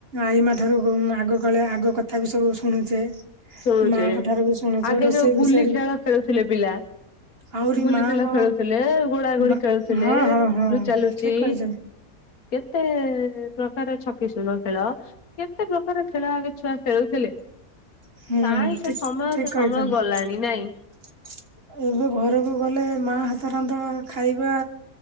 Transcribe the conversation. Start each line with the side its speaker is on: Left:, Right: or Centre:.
Right: ଆଈ ମା ଠାରୁ ହୋମ୍ ଆଗ କାଳିଆ ଆଗ କଥା ବି ସବୁ ଶୁଣୁଛେ।
Left: ଶୁଣୁଛେ
Right: ମାଙ୍କ ଠାରୁ ବି ଶୁଣୁଛେ
Left: ଆଗେ
Right: ରୋଷେଇ
Left: ଯୋଉ ଗୁଲି
Right: ବିଷୟରେ
Left: ଖେଳ
Right: ବି
Left: ଖେଳୁଥିଲେ ପିଲା।
Right: ଆହୁରି
Left: ଗୁଲି
Right: ମାଙ୍କ
Left: ଖେଳ ଖେଳୁଥିଲେ, ଗୋଡା ଗୋଡି
Right: ମା
Left: ଖେଳୁଥିଲେ,
Right: ହଁ ହଁ ହଁ
Left: ଲୁଚା ଲୁଚି
Right: ଠିକ କହିଛନ୍ତି
Left: କେତେ ପ୍ରକାର ଛକି ଶୂନ ଖେଳ, କେତେ ପ୍ରକାର ଖେଳ ଆଗେ ଛୁଆ ଖେଳୁଥିଲେ।
Right: ହୁଁ
Left: କାହିଁ ସେ
Right: ଠିକ୍
Left: ସମୟ
Right: ଠିକ୍
Left: ସେ
Right: କହିଛନ୍ତି।
Left: ସମୟ ଗଲାଣି ନାଇଁ
Right: ଏବେ ଘରକୁ ଗଲେ ମା ହାତ ରାନ୍ଧ ଖାଇବା।